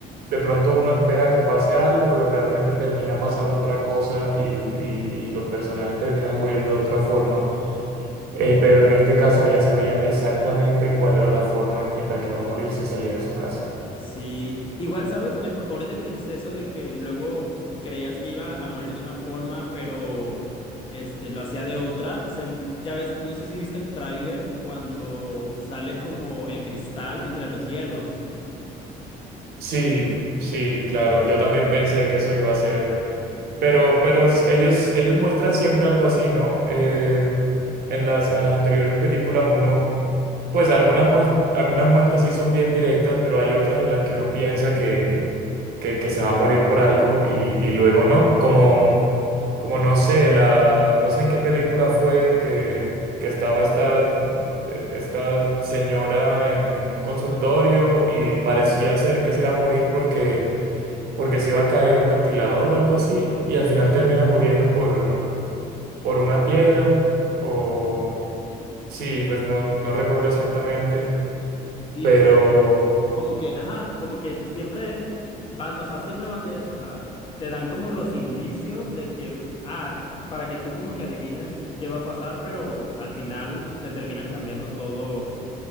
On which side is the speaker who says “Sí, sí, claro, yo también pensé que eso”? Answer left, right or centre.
Right